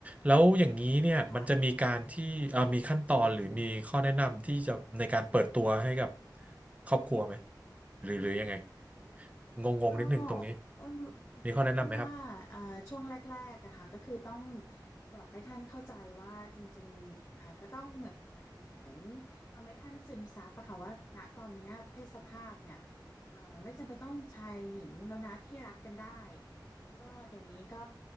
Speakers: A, on the right (about 20°); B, on the left (about 35°).
A: แล้วอย่างนี้เนี่ยมันจะมีการที่เอ่อมีขั้นตอนหรือมีข้อแนะนำที่จะในการเปิดตัวให้กับ
B: ค่ะ
A: ครอบครัวไหมหรือหรือยังไงงงงนิดนึงตรงนี้
B: ก็อ้น
A: มีข้อแนะนำไหมครับ
B: อ้นว่าเอ่อช่วงแรกๆอะค่ะก็คือต้องบอกให้ท่านเข้าใจว่าจริงๆอ่าก็ต้องเหมือน เหมือนทำให้ท่านซึมซับอะค่ะว่าณตอนเนี้ยเพศสภาพเนี่ยเอ่อไม่จำเป็นต้องชายหญิงแล้วนะที่รักกันได้ก็เดี๋ยวนี้ก็